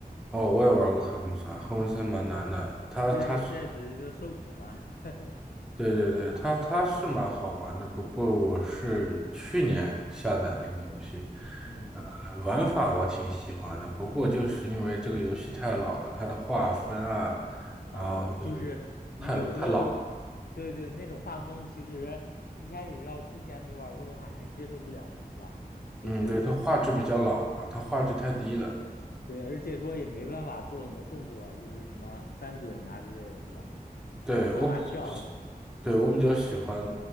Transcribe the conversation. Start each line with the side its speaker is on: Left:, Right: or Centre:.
Centre: 哦，我也玩过黑魂三，黑魂三蛮难的，它它是
Left: 对，确实就受苦嘛，<laughs>
Centre: 对对对，它它是蛮好玩的，不过我是去年下载那个游戏，
Left: 嗯，
Centre: 呃，玩法我挺喜欢的，不过就是因为这个游戏太老了，它的画风啊，
Left: 哦，
Centre: 然后就是
Left: 就是有有时候，
Centre: 太太老，
Left: 对对，那种画风其实一开始要之前没玩过的话还接受不了了，是吧？就是
Centre: 嗯，对，它画质比较老嘛，它画质太低了。
Left: 对，而且说也没办法做很多动作啊，就是什么翻滚呀、之类的，对吧？
Centre: 对，
Left: 没办法跳，
Centre: 我比，对，我比较喜欢，